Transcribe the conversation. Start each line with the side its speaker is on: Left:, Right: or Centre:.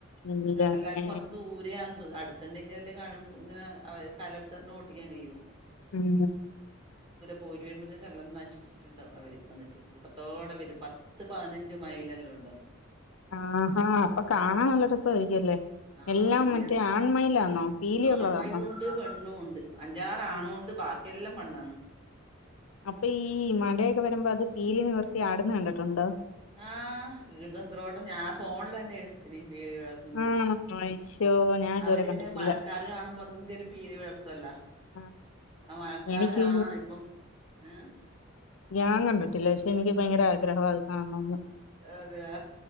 Left: ഇല്ലന്നെ
Right: എല്ലാരും കൊറച്ച് ദൂരെയാണ് അടുത്തുണ്ടെങ്കിലല്ലേ കാണു ഇങ്ങനെ കാലട്ടർന് ഓട്ടിക്കാൻ കഴിയൂ
Left: ഉം
Right: പോയിട്ടു വരുമ്പഴത്തേക്ക് എല്ലാം നശ! പ്പിച്ചിട്ടുണ്ടാവും അവര്. വന്നിട്ട് കൂട്ടത്തോടെ അവര് പത്ത് പതിനഞ്ച് മൈൽ ല്ലാം ഉണ്ടാവും!
Left: ആഹഹാ അപ്പൊ കാണാൻ നല്ല രസമായിരിക്കുംല്ലേ.?
Right: നാ
Left: എല്ലാം
Right: ഈനിടക്ക്
Left: മറ്റേ ആൺമയിലാന്നോ പീലി
Right: ആൺമയിലും
Left: ഉള്ളതാന്നോ
Right: ഉണ്ട് പെണ്ണും ഉണ്ട് അഞ്ചാറആണു
Left: ഉം
Right: ഉണ്ട് ബാ എല്ലാം പെണ്ണാന്ന്!
Left: അപ്പൊ ഈ മഴയൊക്കെ വരുമ്പോ അത് പീലി നിവർത്തി ആടന്ന് കണ്ടിട്ടുണ്ടോ?
Right: ആഹ് കീതത്രോട്ടം ഞാൻ ഫോണിലന്നെ എടുത്തിന് പീലി വിടർ ത്തുന്നത്
Left: ആണോ അയ്ശോ ഞാൻ ഇതുവരെ
Right: അവര്
Left: കണ്ടിട്ടില്ല
Right: പിന്നെ മഴക്കാർ കാണുമ്പോ എന്തേലും പീലിവിടർത്തുവല്ലോ.
Left: ആഹ്
Right: ആ മഴക്കാറ്
Left: എനിക്ക്
Right: കാണാണ് ഇപ്പൊ ആഏ!
Left: ഞാൻ കണ്ടിട്ടില്ല. പക്ഷെ എനിക്ക് ഭയങ്കര ആഗ്രഹമാ അത് കാണണംന്ന്.
Right: അതെയോ?